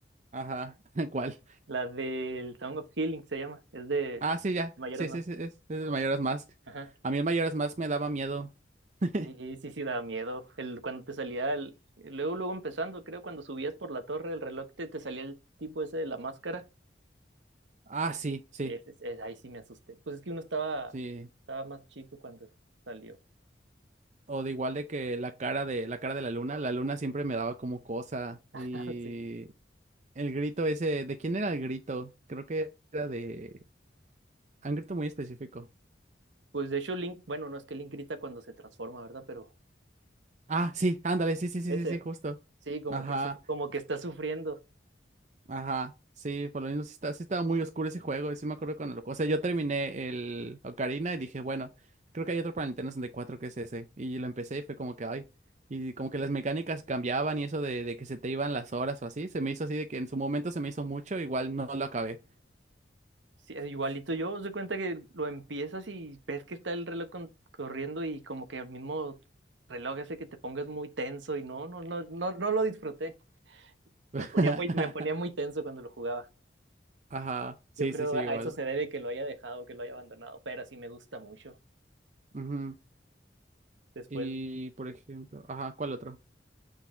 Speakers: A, on the right (about 40°); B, on the right (about 85°).
A: Ajá, <laughs> ¿cuál?
B: La del Song of Healing se llama, es de
A: Ah, sí, ya.
B: Mayoras
A: Sí,
B: Mask.
A: sí, sí, es, es el Majora's Mask.
B: Ajá.
A: A mí el Majora's Mask me daba miedo. <laughs>
B: Y sí, sí, daba miedo. El, cuando te salía, el, luego, luego empezando, creo, cuando subías por la torre, el reloj te, te salía el tipo ese de la máscara.
A: Ah, sí, sí,
B: Es, es- es- ahí sí me asusté. Pues es que uno estaba,
A: sí.
B: estaba más chico cuando salió.
A: O de igual de que la cara de la cara de la luna, la luna siempre me daba como cosa.
B: <laughs>
A: Y
B: Sí.
A: el grito ese, ¿de quién era el grito? Creo que era de un grito muy específico.
B: Pues de hecho Link, bueno, no es que Link grita cuando se transforma, ¿verdad? Pero
A: Ah, sí, ándale, sí, sí, sí,
B: ese,
A: sí, sí, justo.
B: sí, como
A: Ajá.
B: que, su- como que está sufriendo.
A: Ajá, sí, por lo mismo sí, está, sí estaba muy oscuro ese juego, y sí me acuerdo cuando lo... O sea, yo terminé el Ocarina y dije, bueno, creo que hay otro para Nintendo sesenta y cuatro que es ese. Y lo empecé y fue como que, ay, y como que las mecánicas cambiaban y eso de, de que se te iban las horas o así, se me hizo así de que en su momento se me hizo mucho, igual no lo acabé.
B: Sí, igualito yo, se cuenta que lo empiezas y ves que está el reloj con- corriendo y como que el mismo reloj hace que te pongas muy tenso y no, no, no, no, no lo disfruté. Me
A: <laughs>
B: ponía muy, me ponía muy tenso cuando lo jugaba.
A: Ajá, sí,
B: Yo creo
A: sí, sí,
B: a
A: igual.
B: eso se debe que lo haya dejado, que lo haya abandonado, pero sí me gusta mucho.
A: Ujú.
B: Después
A: Y, por ejemplo, ajá, ¿cuál otro?